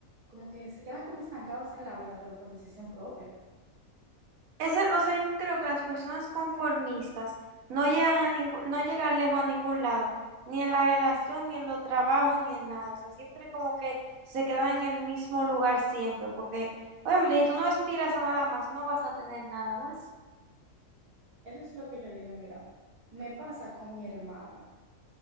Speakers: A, on the right; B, on the right.
A: como que se quedan como estancados en la vida, pero por decisión propia.
B: Ese, o sea, yo creo que las personas conformistas no llegan a ningún, no llegan lejos a ningún lado, ni en la relación, ni en los trabajos, ni en nada. O sea, siempre como que se quedan en el mismo lugar siempre, porque obviamente si tú no aspiras a nada más, no vas a tener nada más.
A: Eso es lo que yo digo y mira, me pasa con mi hermana.